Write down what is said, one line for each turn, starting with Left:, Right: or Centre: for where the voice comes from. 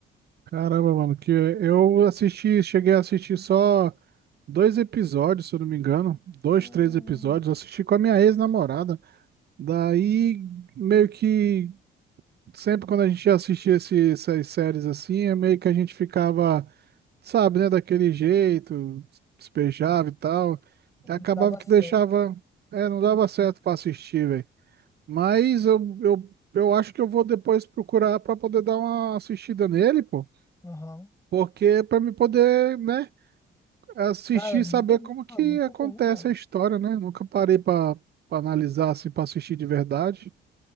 Right: Caramba, mano, que eu assisti, cheguei a assistir só dois episódios, se eu não me engano, dois,
Left: Hum,
Right: três episódios. Eu assisti com a minha ex-namorada. Daí, meio que sempre quando a gente ia assistir esse- essas séries assim, é meio que a gente ficava sabe, né, daquele jeito, despejava e tal. Acabava
Left: não dava
Right: que
Left: certo.
Right: deixava, é, não dava certo pra assistir, velho. Mas eu, eu, eu acho que eu vou depois procurar pra poder dar uma assistida nele, pô.
Left: Aham.
Right: Porque é pra me poder, né, assistir
Left: Cara, é muito
Right: e saber
Left: bom,
Right: como que
Left: é muito
Right: acontece
Left: bom, cara.
Right: a história, né? Nunca parei pra, pra analisar assim, pra assistir de verdade.